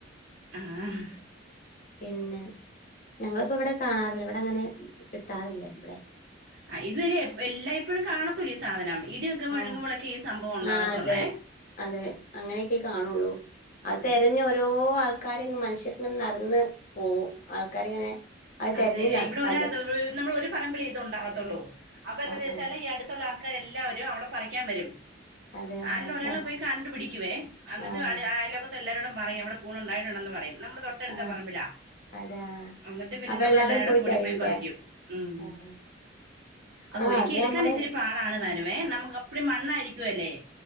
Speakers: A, on the right; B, on the left.
A: ആഹ്
B: പിന്നെ ഞങ്ങളിപ്പോ ഇവിടെ കാണാറില്ല ഇവിടെ അങ്ങനെ കിട്ടാറില്ല ഇവിടെ
A: ആ ഇത് വരെ എല്ലായ്പപ്പോഴും കാണത്തൂല്ലൂ ഈ സാധനം ഇടി ഒക്കെ മുഴങ്ങുമ്പോഴൊക്കെ
B: ആ്
A: ഈ സംഭവം ഉണ്ടാകത്തുള്ളേ
B: ആ അതെ അതെ അങ്ങനെയൊക്കെ കാണുള്ളൂ അത്
A: അതെ
B: തെരഞ്ഞ് ഓരോ ആൾക്കാരി മനുഷ്യർങ്ങനെ നടന്ന് പോകും ആൾക്കാരിങ്ങനെ അത് തെരഞ്ഞ്
A: അതെ
B: നട
A: ഇവിടെ ഒരാ
B: കണ്ടെത്തും
A: നമ്മൾ ഒരു പറമ്പിൽേ ഇത് ഉണ്ടാകത്തുള്ളൂ അപ്പൊ എന്താന്ന്
B: ആ
A: വെച്ചാല്
B: ആ
A: ഈ അടുത്തുള്ള ആൾ ക്കാരെല്ലാവരും അവിടെ പറിക്കാൻ വരും
B: അതെ
A: ആരേലും
B: ആ
A: ഒരാൾ
B: പറ
A: പോയി കണ്ട് പിടിക്കുവേ എന്നിട്ട്
B: ആ
A: അയലൊക് ത്ത എല്ലാരോടും പറയും അവിടെ കൂണ ഉണ്ടായിട്ടുണ്ടന്ന് പറയും നമ്മുടെ തൊട്ടടുത്ത
B: ആഹ്
A: പറമ്പില
B: അതെ ആഹ്
A: എന്നിട്ട് പിന്നെ
B: അപ്പൊ
A: നമ്മള
B: എല്ലാവരും
A: എല്ലാരരുടെ കൂടി
B: തരൂലേ
A: പോയി പറിക്കും ഉം
B: ആഹ്
A: അതൊരിക്കി
B: ആഹ് അത്
A: എടുക്കാൻ
B: നമ്മള്
A: ഇച്ച് രി പാടാണ് താനമേ നമുക്ക് അപ്പടി മണ്ണായിരിക്കുവ അല്ലേ